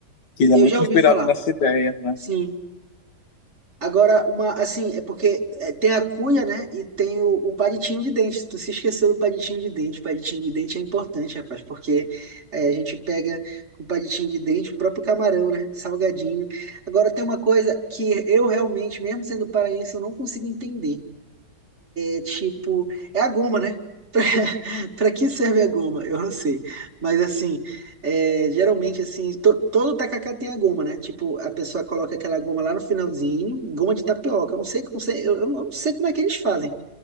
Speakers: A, on the left; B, on the right.
A: que ele
B: eu
A: é muito
B: já ouvi
A: inspirado
B: falar.
A: nessa ideia, né?
B: Sim. Agora, uma, assim, é porque é, tem a cuia, né? E tem o, o palitinho de dente. Tu se esqueceu do palitinho de dente. O palitinho de dente é importante, rapaz, porque é, a gente pega com o palitinho de dente o próprio camarão, né? Salgadinho. Agora, tem uma coisa que eu realmente, mesmo sendo paraense, eu não consigo entender. É tipo, é a goma, né? <laughs> Pra, pra que serve a goma? Eu não sei. Mas assim, é, geralmente assim, to- todo tacacá tem a goma, né? Tipo, a pessoa coloca aquela goma lá no finalzinho, goma de tapioca. Eu não sei como, se- eu, eu não sei como é que eles fazem.